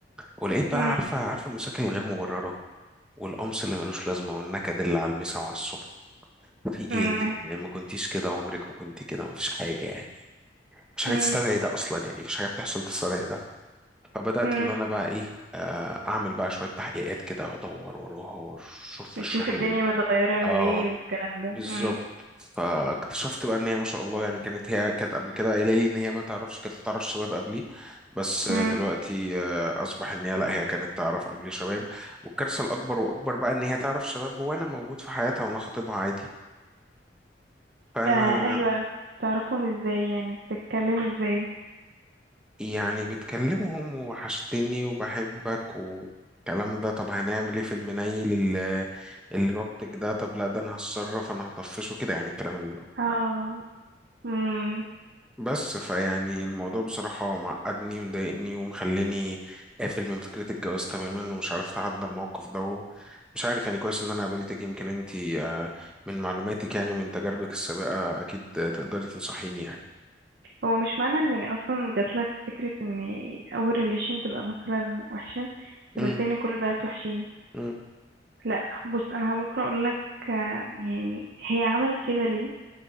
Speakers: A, in the centre; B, on the right.
A: ولقيت
B: مم.
A: بقى عارفة عارفة المشاكل الغير مبررة والقمص اللي ملوش لازمة والنكد اللي على المسا وعلى الصبح في
B: مم.
A: ايه انت يعني ما كنتيش كده عمرك ما كنت كده ما فيش حاجه يعني مش حاجه
B: مم.
A: تستدعي ده اصلا يعني مفيش حاجه بتحصل تستدعي ده فبدات
B: مم.
A: ان انا بقى ايه آه، اعمل بقى شويه تحقيقات كده وادور وراها واشوف في
B: بتشوف
A: الشغل
B: الدنيا
A: اللي
B: متغيرة
A: اه
B: ليه والكلام ده
A: بالظبط
B: مم.
A: فاكتشفت بقى ان هي ما شاء الله يعني كانت هي كانت قبل كده قايله لي ان هي ما تعرفش كانت تعرف شباب قبلي بس آه،
B: مم.
A: دلوقتي آه، اصبح ان هي لا هي كانت تعرف قبلي شباب والكارثه الاكبر واكبر بقى ان هي تعرف شباب وانا موجود في حياتها وانا خاطبها عادي فانا
B: آه ايوه تعرفهم ازاي يعني بتتكلم ازاي
A: يعني بتكلمهم وحشتني وبحبك والكلام ده طب هنعمل ايه في المنيل اللي اللي رابطك ده طب لا ده انا هتصرف انا هطفشه كده يعني الكلام اللي هو-
B: اه مم.
A: بس فيعني الموضوع بصراحة معقدني ومضايقني ومخليني قافل من فكرة الجواز تماما ومش عارف اتعدى الموقف ده مش عارف يعني كويس ان انا قابلتك يمكن انتي آه، من معلوماتك يعني ومن تجاربك السابقة اكيد آه، تقدري تنصحيني يعني
B: هو مش معنى ان اصلا جاتلك فكرة ان اول ريليشن تبقى مثلا وحشة قابلت
A: مم،
B: ان كل البنات وحشين
A: مم،
B: لا بص انا ممكن اقولك آه، يعني هي عملت كده ليه